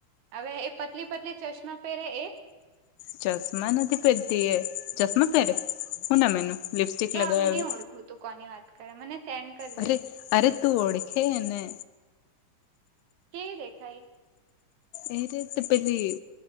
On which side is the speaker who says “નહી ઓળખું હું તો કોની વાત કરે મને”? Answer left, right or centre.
Right